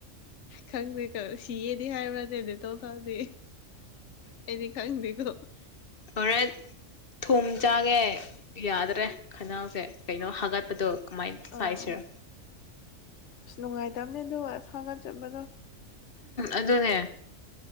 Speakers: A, on the left; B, on the left.
A: ꯈꯪꯗꯦ ꯀ‌ꯣ ꯁꯤꯌꯦꯗꯤ ꯍꯥꯏꯕ꯭ꯅꯤ ꯗ‌ꯦꯇ‌ꯣꯜ ꯊꯛꯑꯗꯤ ꯑꯩꯗꯤ ꯈꯪꯗꯦꯀꯣ
B: ꯍ‌ꯣꯏꯔ‌ꯦꯟ ꯊꯨꯝ ꯆꯥꯒꯦ ꯌꯥꯗ꯭ꯔꯦ ꯈꯅꯥꯎꯁꯦ ꯀꯩꯅꯣ ꯍꯥꯒꯠꯄꯗꯣ ꯀꯃꯥꯏꯅ
A: ꯑꯥ
B: ꯁꯥꯏꯁꯤꯔ
A: ꯑꯁ ꯅꯨꯡꯉꯥꯏꯇꯕꯅꯦꯗꯨ ꯍꯥꯒꯠꯆꯕꯗꯣ
B: ꯑꯗꯨꯅꯦ